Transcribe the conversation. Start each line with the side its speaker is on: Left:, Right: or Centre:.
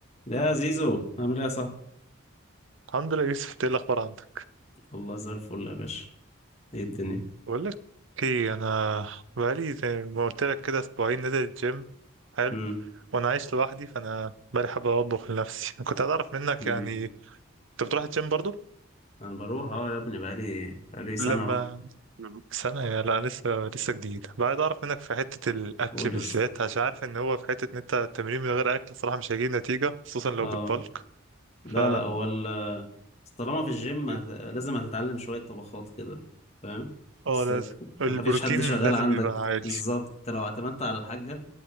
Left: يا زيزو عامل ايه يا صاحبي
Right: الحمد لله يوسف ايه الاخبار عندك
Left: والله زي الفل يا باشا ايه الدنيا
Right: بقول لك ايه انا بقالي زي ما قلت لك كده اسبوعين نزل الجيم حلو
Left: امم
Right: وانا عايش لوحدي فانا بقالي حابة اطبخ لنفسي <laughs> كنت عايز اعرف منك
Left: امم
Right: يعني انت بتروح الجيم برضو
Left: انا بروح اه يا ابني بقالي بقالي سنه
Right: لما
Left: اهو
Right: نعم. سنة يا لا لسه لسه جديد بقى عايز اعرف منك في حتة الاكل
Left: قول
Right: بالذات
Left: يا اسطى
Right: عشان عارف ان هو في حتة ان انت التمرين من غير اكل صراحة مش هيجيب نتيجة خصوصا لو
Left: اه
Right: بتبلك
Left: لا
Right: ف
Left: لا هو ال- طالما في الجيم
Right: إيه؟
Left: هت... لازم هتتعلم شويه طبخات كده فاهم
Right: اه
Left: بسك
Right: لازم البروتين
Left: ما فيش حد شغال
Right: لازم
Left: عندك
Right: يبقى عالي
Left: بالظبط انت لو اعتمدت على الحاجه